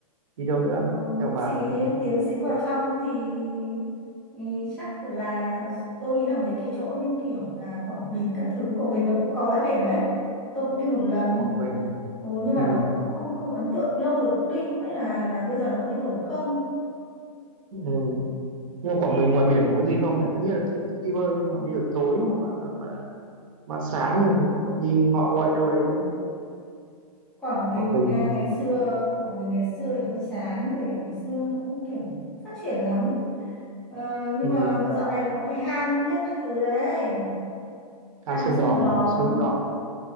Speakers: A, on the right; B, in the centre.
A: đi đâu nữa
B: ừ,
A: theo bà
B: thì
A: đến đâu nữa
B: tiến xíu vào trong thì, thì chắc là tôi nghĩ là mấy cái chỗ như kiểu là Quảng Bình các thứ Quảng Bình nó cũng có bãi biển đấy tôi cũng đi một lần
A: Quảng Bình
B: Ừ, nhưng mà
A: ừ,
B: nó cũng không không không ấn tượng lâu rồi không đi không biết là là bây giờ nó có thay đổi không
A: ừ. nhưng mà Quảng Bình ngoài biển có gì không nhỉ tất nhiên là cũng thích đi bơi nhưng mà bây giờ tối mà bạn, hoặc là bạn sáng thì bọn đi ngọ nguậy đâu đấy nữa
B: Quảng Bình
A: Quảng Bình
B: à, ngày xưa Quảng Bình ngày xưa thì hơi chán bởi vì ngày xưa cũng kiểu phát triển lắm ờ, nhưng
A: ừ.
B: mà dạo này nó có cái hang hết các thứ đấy
A: Than
B: hang
A: Sơn
B: Sơn
A: Đòn
B: Đòn
A: à Sơn Đòn